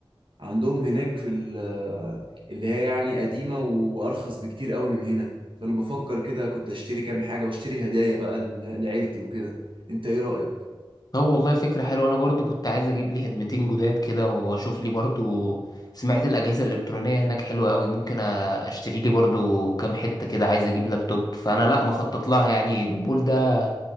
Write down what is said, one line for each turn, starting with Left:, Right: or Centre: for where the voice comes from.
Right: عندهم هناك في ال- اللي هي يعني قديمة وارخص بكتير قوي من هنا فانا بفكر كده كنت اشتري كام حاجة واشتري هدايا بقى ل- لعيلتي وكده انت ايه رأيك
Left: طب والله فكرة حلوة أنا برضو كنت عايز أجيب لي هدمتين جداد كده وأشوف لي برضو سمعت الأجهزة الإلكترونية هناك حلوة أوي ممكن أ- أشتري لي برضو كام حتة كده عايز أجيب لابتوب فأنا لأ مخطط لها يعني المول ده